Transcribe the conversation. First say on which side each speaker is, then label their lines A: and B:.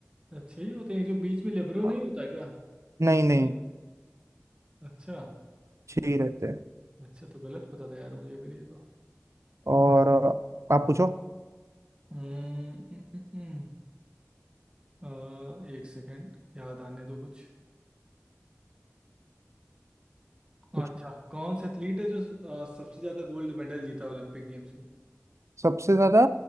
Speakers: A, on the right; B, on the right.
A: अच्छे ही होते हैं जो बीच में लेब्रो नहीं
B: हाँ।
A: होता क्या
B: नहीं
A: लेब्रो
B: नहीं
A: अच्छा
B: छह ही रहते हैं
A: अच्छा तो गलत पता था यार मुझे फिर ये तो
B: और आप पूछो
A: हम्म, हम्म, हम्म, हम्म। अ, एक सेकंड याद आने दो कुछ
B: पूछो।
A: अच्छा कौन सा एथलीट है जो अ, सबसे ज्यादा गोल्ड मेडल जीता ओलंपिक गेम्स में
B: सबसे ज्यादा